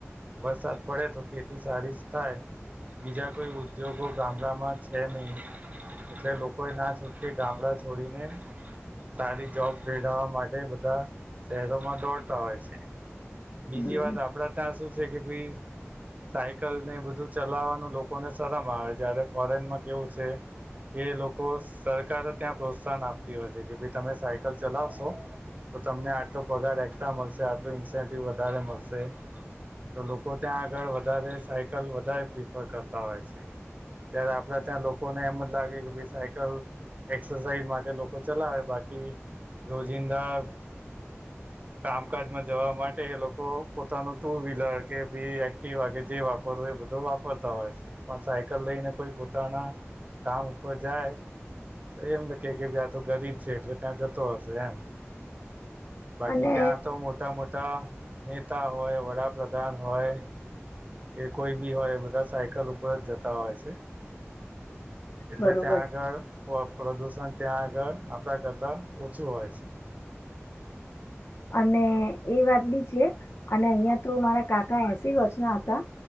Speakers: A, on the right; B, on the left.
A: વરસાદ પડે તો ખેતી સારી જ થાય બીજા કોઈ ઉદ્યોગો ગામડામાં છે નહી એટલે લોકો એ ના છૂટકે ગામડા છોડીને સારી જોબ મેળવવા માટે બધા શહેરોમાં દોડતા હોય છે બીજી
B: હમ
A: વાત આપડા ત્યાં શું જે કે ભાઈ સાયકલ ને બધું ચલાવાનું લોકોને શરમ આવે જ્યારે ફોરેનમાં કેવું છે કે લોકો સરકારે ત્યાં પ્રોત્સાહન આપતી હોય છે કે ભાઈ તમે સાયકલ ચલાવશો તો તમને આટલો પગાર એક્સ્ટ્રા મળશે આટલું ઇન્સ વધારે મળશે તો લોકો ત્યાં આગળ વધારે સાયકલ વધારે પ્રિફર કરતા હોય છે ત્યારે આપડે ત્યાં લોકોને એમ જ લાગે કે સાયકલ એક્સરસાઇઝ માટે લોકો ચલાવે બાકી રોજિંદા કામકાજમાં જવા માટે એ લોકો પોતાનું ટુ વ્હીલર કે બી એક્ટિવા કેે જે વાપરવું એ બધો વાપરતા હોય છે પણ સાયકલ લઈને કોઈ પોતાના કામ ઉપર જાય તો એમને કે કે ભ આ તો ગરીબ છે એટલે ત્યાં જતો હશે એમ બાકી
B: અને
A: ત્યાં તો મોટા મોટા તા નેતા હોય વડાપ્રધાન હોય કે કોઈ બી હોય બધા સાયકલ ઉપર જ જતા હોય છે એટલે
B: બરોબર
A: ત્યાં આગળ પ્રદૂષણ ત્યાં આગળ આપણા કરતા ઓછું હોય છે
B: અને એ વાત બી છે અને અહિયાં તો મારા કાકા એસી વર્ષ ના હતા